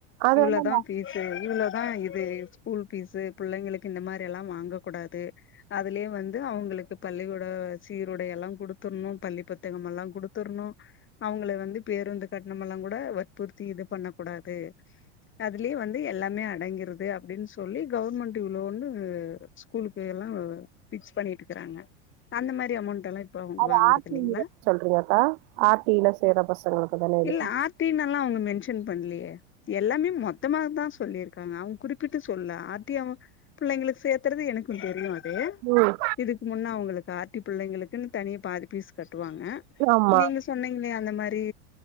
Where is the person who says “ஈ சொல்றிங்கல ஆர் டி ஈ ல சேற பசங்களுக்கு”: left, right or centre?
Right